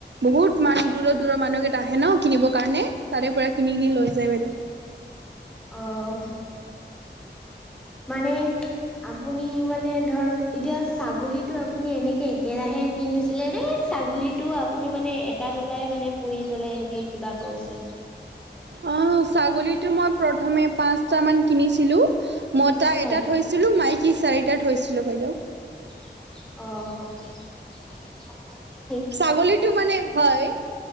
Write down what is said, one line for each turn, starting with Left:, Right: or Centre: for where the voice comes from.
Right: বহুত মানু দূৰ দূৰৰ মানুহকেইটা আহে ন! কিনিবৰ কাৰণে তাৰে পৰা কিনি কিনি লৈ যায় বাইদেউ।
Centre: অহ, মানে আপুনি, মানে ধৰ এতিয়া ছাগলীটো আপুনি এনেকে একেৰাহে কিনিছিলে নে? ছাগলীটো আপুনি মানে এটা- দুটাই মানে পুহি পেলাই এনেকে কিবা কৰিছে?
Right: অঁ, ছাগলীটো মই প্ৰথমে পাঁচটামান কিনিছিলো মতা
Centre: হয়
Right: এটা থৈছিলো, মাইকী চাৰিটা থৈছিলো বাইদ।
Centre: অহ।
Right: ছাগলীটো মানে হয়।